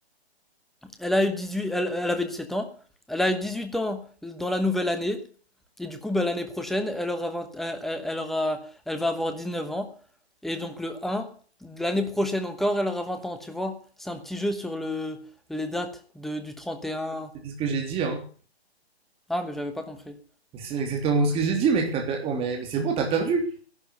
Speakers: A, in the centre; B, on the right.
A: Elle a eu 18, elle, elle avait 17 ans. Elle a eu 18 ans dans la nouvelle année. Et du coup, bah, l'année prochaine, elle aura 20, elle, elle- elle aura, elle va avoir 19 ans. Et donc, le un, l'année prochaine encore, elle aura 20 ans, tu vois. C'est un petit jeu sur le, les dates de, du 31.
B: C'est ce que j'ai dit, hein.
A: Ah, mais j'avais pas compris.
B: C'est exactement ce que j'ai dit, mec. T'as per- Oh, mais, mais c'est bon, t'as perdu.